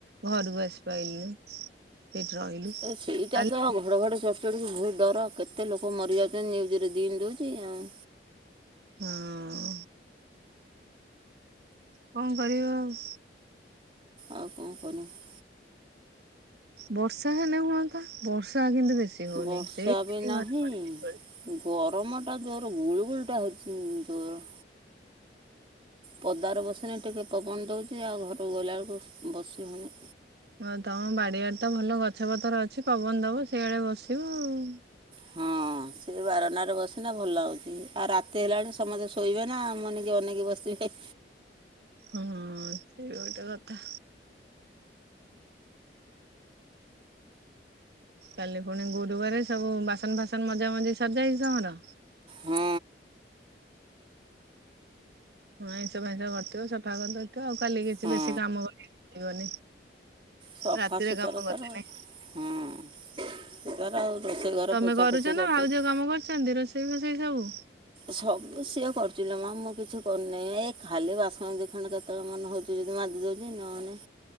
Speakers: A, on the right; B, on the right.
A: ଘରକୁ ଆସି ପାଇଲୁନୁ। ସେଇଠି ରହିଲୁ।
B: ଏ ସେଇଟା
A: କାଲି
B: ତ ଘଡ ଘଡି ଘଡ଼ଘଡ଼ି ବହୁତ ଡର କେତେ ଲୋକ ମରିଯାଉଛନ୍ତି ନ୍ୟୁଜରେ ଦିନି ଦେଉଛି ଆଉ।
A: ହୁଁ କଣ କରିବା ଆଉ।
B: ଆଉ କଣ <unintelligible>
A: ବର୍ଷା ହେଲେ ହୁଆନ୍ତା ବର୍ଷା କିନ୍ତୁ ବେଶୀ ହଉନି
B: ବର୍ଷା
A: ସେଇ ଖାଲି
B: ବି ନାହିଁ।
A: ଘଡଘଡି।
B: ଗରମ ଟା ଜୋର ଗୁଳୁ ଗୁଳୁଟା ହେଉଛି ଜୋର। ପଦାରେ ବସିଲେ ଟିକେ ପବନ ଦେଉଛି ଆଉ ଘରକୁ ଗଲାବେଳକୁ ବସି ହଉନି।
A: ଆଉ ତମ ବାଡିଆଡ଼େ ତ ଭଲ ଗଛ ପତର ଅଛି ପବନ ଦବ ସେଇଆଡେ ବସିବ ଆଉ।
B: ହଁ। ସେଇ ବାରଣ୍ଡାରେ ବସିଲେ ଭଲ ଲାଗୁଛି ଆଉ ରାତି ହେଲାଣି ସମସ୍ତେ ଶୋଇବେ ନା ଆମନେକି ଅନେଇକି ବସିଥିବେ।
A: ହଁ ସେ ଗୋଟେ କଥା। କାଲି ପୁଣି ଗୋରୁବାରେ ସବୁ ବାସନ ଫାସନ ମଝା ମଝି ସରିଜାଇଛି ତମର?
B: ହଁ।
A: ହଁ ଆଇଁଷ ଫାଇଁଷ କରିଥିବ ସଫା କରିଦେଇଥିବ ଆଉ କାଲି କିଛି
B: ହଁ
A: ବେଶି କାମ କରିବାକୁ ପଡ଼ିବନି।
B: ସଫା
A: ରାତିରେ
B: ସୁତୁରା
A: କାମ
B: ତାର
A: <unintelligible> ନାଇଁ
B: ହଁ ସେ <inaudible> ଆଉ ରୋଷେଇ ଘର
A: ତମେ
B: ପୋଛାପୋଛି
A: କରୁଛ ନା
B: କରିଦେଇଛି।
A: ଭାଉଜ କାମ କରୁଛନ୍ତି ରୋସେଇ ରୋସେଇ ଫାସେଇ ସବୁ?
B: ସବୁ ସିଏ କରୁଛି ଲୋ ମା ମୁଁ କିଛି କରିନାହିଁ ଏଇ ଖାଲି ବାସନ ଦିଖଣ୍ଡ କେତ କେତେବେଳେ ମନ ହଉଛି ଯଦି ମାଝି ଦେଉଛି ନହେଲେ